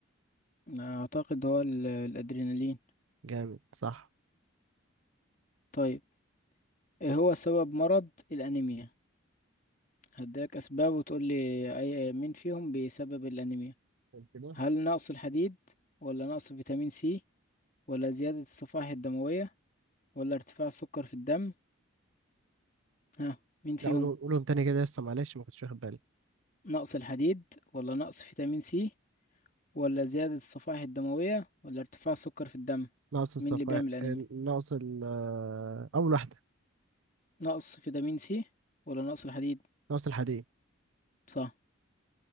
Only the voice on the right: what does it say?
جامد صح
قول كده
لا قولهم قولهم تاني كده لسه معلش ما كنتش واخد بالي
ناقص الصفا
ناقص ال اول واحده
ناقص الحديد